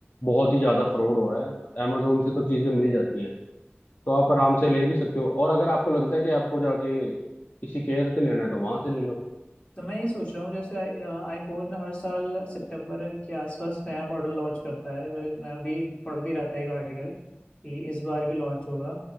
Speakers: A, on the left (about 50°); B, on the left (about 30°).
A: बहुत ही ज्यादा फ्रॉड हो रहा है amazon से तो चीजें मिल जाती हैं तो आप आराम से ले भी सकते हो और अगर आपको लगता है कि आपको जाके किसी केयर से लेना है तो वहां से ले लो
B: तो मैं ये सोच रहा हूँ जैसे आईफोन हर साल सितंबर के आसपास नया मॉडल लॉन्च करता है मैं मैं भी पढ़ भी रहा था एक आर्टिकल कि इस बार भी लॉन्च होगा